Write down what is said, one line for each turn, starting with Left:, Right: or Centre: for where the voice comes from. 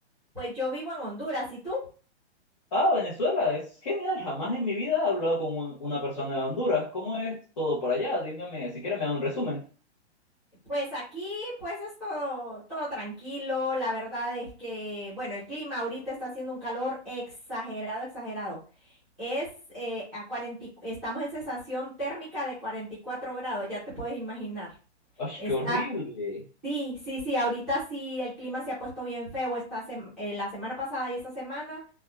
Centre: Pues yo vivo en Honduras. ¿Y tú?
Left: Ah, Venezuela, es genial. Jamás en mi vida he hablado con un- una persona de Honduras. ¿Cómo es todo por allá? Dígame, si quiere me da un resumen.
Centre: Pues aquí, pues es todo, todo tranquilo. La verdad es que, bueno, el clima ahorita está haciendo un calor exagerado, exagerado. Es eh, a 40, y- estamos en sensación térmica de 44 grados, ya te puedes imaginar.
Left: ¡Ay,
Centre: Está
Left: qué horrible!
Centre: Sí, sí, sí, ahorita sí el clima se ha puesto bien feo esta sem- eh, la semana pasada y esta semana,